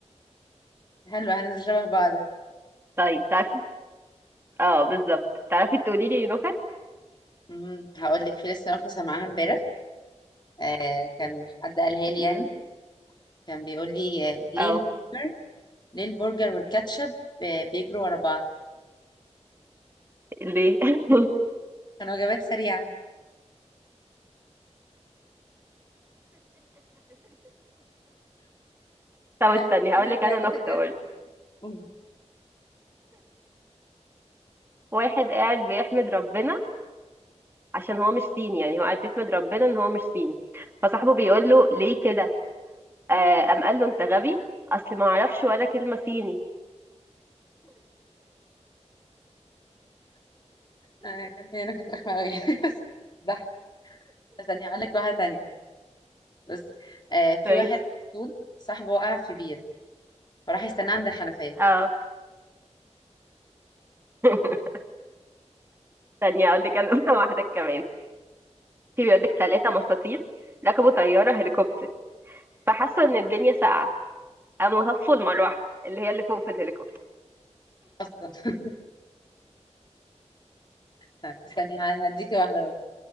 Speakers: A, on the left; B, on the right.
A: حلو هننزل شبه بعض
B: <laughs> طيب تعرفي اه بالظبط تعرفي تقولي لي نكت
A: مم. هقول لك في لسه نكتة سامعاها امبارح آه كان حد قالها لي
B: امم
A: يعني كان بيقول لي آه، ليه
B: اه
A: البرجر ليه البرجر والكاتشب آه، بيجروا ورا بعض
B: ليه <laughs>
A: كان وجبات سريعة <laughs>
B: طب
A: آه،
B: استني
A: فعلا،
B: هقول لك
A: آه،
B: انا
A: نكت
B: نكته
A: رخمة
B: برضه
A: مم.
B: واحد قاعد بيحمد ربنا عشان هو مش صيني يعني هو قاعد يحمد ربنا ان هو مش صيني فصاحبه بيقول له ليه كده آه قام قال له انت غبي اصل ما اعرفش ولا كلمه صيني
A: آه، كانت هي نكت رخمة قوي <laughs> بس استني هقول لك واحده تانية بصي آه في
B: كويس
A: واحد مفصول صاحبه وقع في بير فراح يستناه عند الحنفيه
B: اه <laughs> استني هقول لك انا نكتة واحده كمان في بيقول لك ثلاثه مساطيل ركبوا طياره هليكوبتر فحسوا ان الدنيا ساقعه قاموا هفوا المروحه اللي هي اللي فوق في الهليكوبتر
A: اصلا <laughs> طيب، استني ه- هديكي واحده بقى